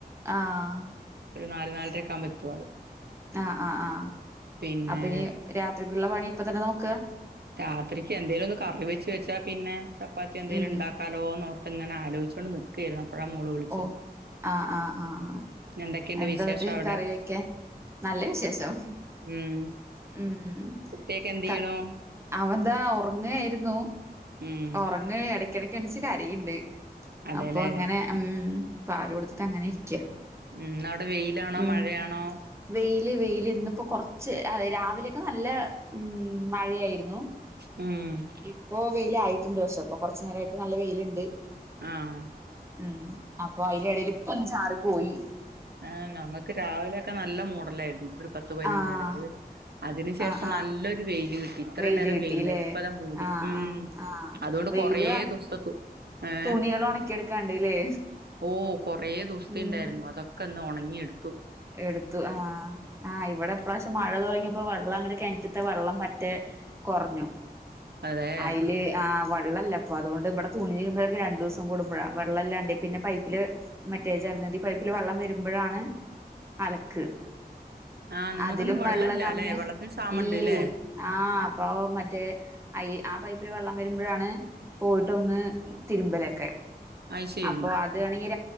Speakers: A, on the right; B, on the right.
A: ആഹ്
B: ഒരു നാല് നാലരക്ക ആക്മ്പോ എത്തു ആള്
A: ആഹ് ആഹ് ആഹ്
B: പിന്നെ
A: അപ്പനി രാത്രിക്കുള്ള പണി ഇപ്പൊ തന്നെ നോക്ക
B: രാത്രിക്ക് എന്തേലും ഒന്ന് കറി വെച്ച് വെച്ചാ പിന്നെ ചപ്പാത്തി എന്തെങ്കിലും
A: ഉം
B: ഉണ്ടാക്ക കലോന്ന്ർത്ത് ഇങ്ങനെ ആലോചിച്ചുകോണ്ട് നിക്കുവായിരുന്നു അപ്പോഴാ മോള് വിളിച്ചത്
A: ഓ ആഹ് ആഹ് ആഹ്
B: പിന്നെ എന്തൊക്കെയുണ്ട്
A: എന്താ
B: വിശേഷം
A: ഒരു
B: അവിടെ
A: കറി വെക്കാൻ നല്ല വിശേഷം
B: ഉം
A: ഉം
B: കുട്ടിയൊക്കെ എന്ത്
A: ക
B: ചെയ്യണു
A: അവൻന്താ ഉറങ്ങായിരുന്നു
B: ഉം
A: ഉറങ്ങ ഇടക്കിടക്ക് എണച്ച് കരയണ്ട്
B: അതെല്ലേ
A: അപ്പൊ അങ്ങനെ ഉം പാല് കൊടുത്തിട്ട് അങ്ങനെ ഇരിക്ക
B: ഉം ഇന്നവിടെ വെയിലാണോ
A: ഉം
B: മഴയാണോ
A: വെയില് വെയില് ഇന്നിപ്പോ കുറച്ച് രാവിലെയൊക്കെ നല്ല ഉം മഴയായിരുന്നു
B: ഉം
A: ഇപ്പൊ വെയില് ആയിട്ടുണ്ട് പക്ഷേ ഇപ്പൊ കുറച്ച് നേരമായിട്ട് നല്ല വെയിലുണ്ട്
B: ആഹ്
A: ഉം അപ്പൊ അതിന്റെടയിൽ ഇപ്പൊ ഒന്ന്ചാറി പോയി
B: ആഹ് ഞങ്ങക്ക് രാവിലെ ഒക്കെ നല്ല മൂഡലായിരുന്നു ഒരു പത്ത് പതിനന്ന്
A: ആഹ്
B: മണി വരെ അത് അതിന് ശേഷം
A: ആഹ് ആഹ്
B: നല്ലൊരു വെയില് കിട്ടി ഇത്ര
A: വെയില്
B: നേരം
A: കിട്ടില്ലേ
B: വെയിലുണ്ടായിരുന്നു ഇപ്പൊതാ മൂടി
A: ആഹ്
B: ഉം
A: ആഹ് ആഹ്
B: അതുകൊണ്ട്
A: വെയില്
B: കൊറേ ദിവസത്തെ തുണി ഏഹ്
A: തുണികൾ ഉണക്കിയെടുക്കാണ്ട്ല്ലേ
B: ഓ കൊറേ ദിവസത്തെ
A: ഉം
B: ഉണ്ടായിരുന്നു അതൊക്കെ ക്കന്ന് ഉണങ്ങിയെടുത്തു
A: എടുത്തു ആഹ് ആഹ് ഇവിടെപ്രാവശ്യം മഴ തുടങ്ങിയപ്പോ വെള്ളം അങ്ങട് കിണറ്റത്തെ വെള്ളം പറ്റേ കുറഞ്ഞു
B: അതെ
A: അയ്ല് ആഹ് വെള്ളല്ല അപ്പ അുകൊണ്ട് ഇവിടെ തുണിരുമ്പോഴക്കെ രണ്ട് ദിവസം കൂടുമ്പഴ വെള്ളംല്ലാണ്ട് പിന്നെ പൈപ്പില് മറ്റേ ജലനിധിപൈപ്പിൽ വെള്ളം വരുമ്പോഴാണ് അലക്ക്
B: ആ നിങ്ങക്കൊന്നും
A: അതിലും
B: വെള്ളല്ല
A: വെള്ളം കമ്മിയ
B: ല്ലെ വെള്ളത്തിന് ക്ഷാമണ്ട്
A: ഇല്ലേ
B: ല്ലേ
A: ആഹ അപ്പൊ മറ്റേ അ ആ പൈപ്പിൽ വെള്ളം വരുമ്പോഴാണ് പോയിട്ടൊന്ന് തിരുമ്പലൊക്കെ
B: അയ്ശരി
A: അപ്പൊ അത് വേണെങ്കി